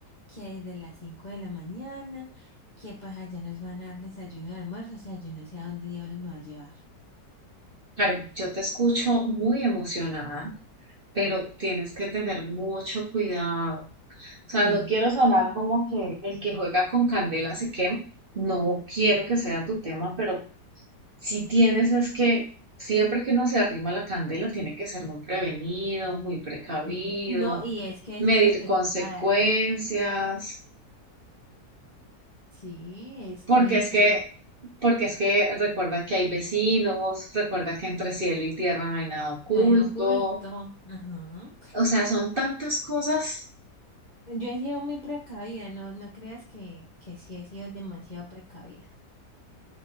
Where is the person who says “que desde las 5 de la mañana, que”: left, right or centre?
Left